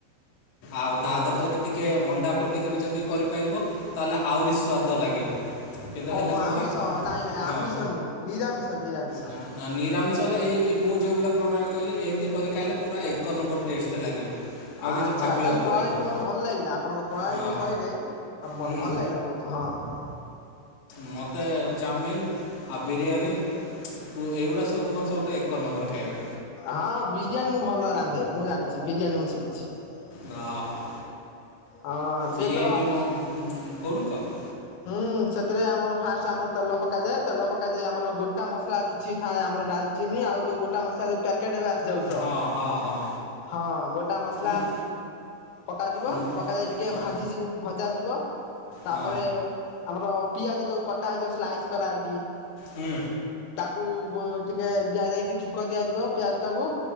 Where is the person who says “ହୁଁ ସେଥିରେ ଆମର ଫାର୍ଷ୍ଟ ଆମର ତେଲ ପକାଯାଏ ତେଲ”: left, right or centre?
Left